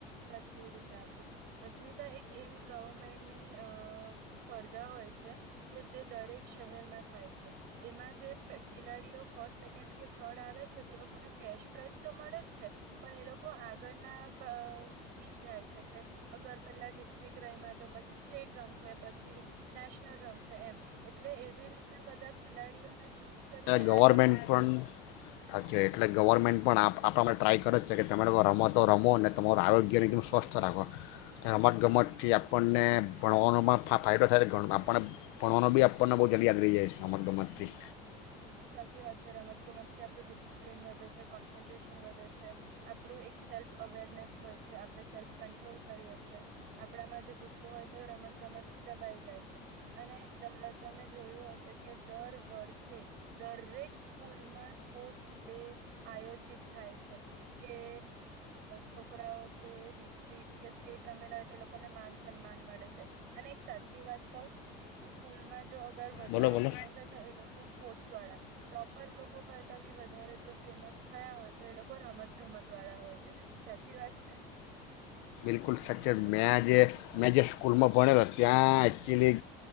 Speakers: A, on the right (about 60°); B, on the left (about 70°).
A: સાચી રીતે આપવું અસ્મિતા એક એવી ગવર્મેન્ટની અ સ્પર્ધા હોય છે કે જે દરેક શહેરમાં થાય છે એમાં જે ખેલાડીઓ ફર્સ્ટ સેકન્ડ કે થર્ડ આવે છે તે લોકોને કેશ પ્રાઈઝ તો મળે જ છે પણ એ લોકો કો આગળના બી જાય છે કે અગર પેલા ડિસ્ટ્રિક રમા તો પછી સ્ટેટ રમશે પછી નેશનલ રમશે એમ એટલે એવી રીતે બધા ખેલાડીઓને ચૂઝ કરીને
B: એ ગવર્મેન્ટ
A: આગળ મોકલો
B: પણ થકી એટલે ગવર્મેન્ટ પણ આપ આપણા આપને ટ્રાય કરે જ છે કે તમે લોકો રમો તો રમો અનેને તમારું આરોગ્યને એકદમ સ્વસ્થ રાખો રમતગમતથી આપણને ભણવાનો પણ ફાયદો થાય તો આપણને ભણવાનો બી આપણને બહુ જલ્દી યાદ રહી જાય છે રમતગમતથી
A: સાચી વાત છે રમતગમતથી આપણું ડિસિપ્લીિન વધે છે કોન્સન્ટ્રેશન વધે છે આપણું એક સેલ્ફ અવેરનેસ હોય છે આપણે સેલ્ફ કંટ્રોલ કરીએ છે આપણામાં જે ગુસ્સો હોય તે રમતગમતથી દબાઈ જાય છે અને તમે જોયું હશે કે દર વર્ષે દરેક સ્કૂલમાં સ્પોર્ટ્સ ડે આયોજિત થાય છે જે છોકરાઓ તે ડિસ્ટ્રિક કે સ્ટેટ રમેલા હોય તે લોકોને માન સન્માન મળે છે અને એક સાચી વાત કહું સ્કૂલમાં જો અગર વધારે
B: બોલો બોલો
A: ફેમસ હોય તો એ લોકો પોચ વાળા ટોપર લોકો કરતા બી વધારે જો ફેમસ થયા હોય તો એ લોકો રમત ગમત વાળા હોય છે સાચી વાત છે
B: બિલકુલ સ્ટક્ચર મેં જે મેં જે સ્કૂલમાં ભણેલા ત્યાં એકચ્યુલી